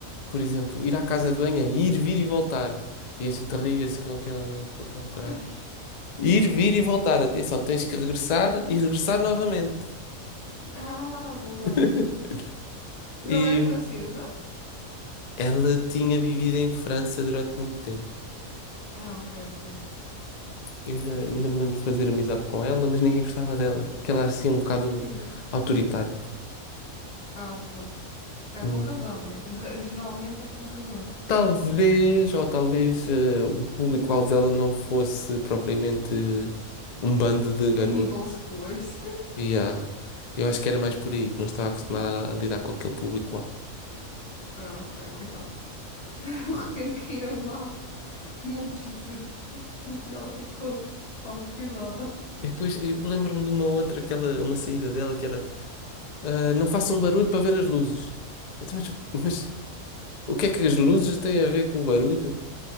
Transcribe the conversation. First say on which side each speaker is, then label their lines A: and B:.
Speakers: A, on the left; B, on the left.
A: por exemplo, ir à casa de banho, é ir, vir e voltar. E a gente ria-se com aquela, com aquela corada.
B: <laughs>
A: Ir, vir e voltar. Atenção, tens que regressar e regressar novamente.
B: Ah, boa.
A: <laughs>
B: Mas
A: E
B: ela era francesa?
A: ela tinha vivido em França durante muito tempo.
B: Ah, ok, ok.
A: Eu ainda, ainda me lembro de fazer amizade com ela, mas ninguém gostava dela. Que ela era assim um bocado
B: Porquê?
A: autoritária.
B: Ah, pronto. Se calhar
A: Hum.
B: com razão, né? Re- Geralmente é com razão.
A: Talvez, ou talvez, eh, o público-alvo dela não fosse propriamente um bando de garotos
B: Middle schoolers. <laughs>
A: E há- eu acho que era mais por aí, que não estava acostumada a a lidar com aquele público-alvo.
B: Ah, ok, coitado. <laughs> De repente caíram-lhe lá montes de, de putos e ela ficou traumatizada.
A: E depois eu lembro-me de uma outra, aquela, uma saída dela que era ah, não façam barulho para ver as luzes. Eu, também, mas, mas o que é que as luzes têm a ver com o barulho?